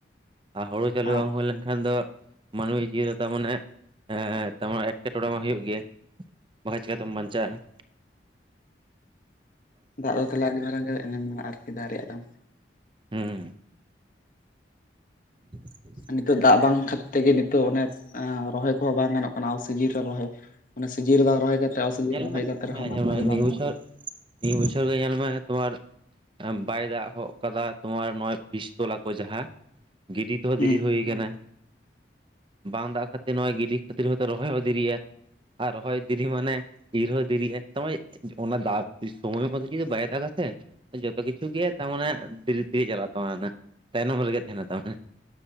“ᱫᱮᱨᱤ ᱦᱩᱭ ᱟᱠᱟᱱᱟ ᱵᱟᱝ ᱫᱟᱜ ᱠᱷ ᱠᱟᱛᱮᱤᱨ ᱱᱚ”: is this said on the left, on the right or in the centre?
Right